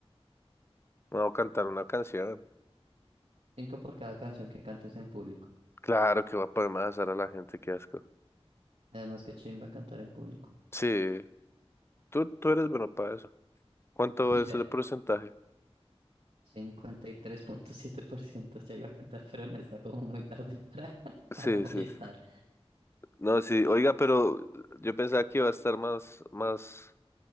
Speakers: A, on the left; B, on the right.
A: Me voy a cantar una canción.
B: Cinco por cada canción que cantes en público.
A: Claro que va a poder hacer a la gente, qué asco.
B: Además, que chimba cantar en público.
A: Sí, tú, tú eres bueno para eso. ¿Cuánto
B: <laughs> Mira.
A: es el porcentaje?
B: cincuenta y tres punto siete por ciento ya iba a cantar, pero no está como muy tarde para, <laughs>
A: Sí,
B: para molestar.
A: sí, sí. No, sí, oiga, pero yo pensaba que iba a estar más, más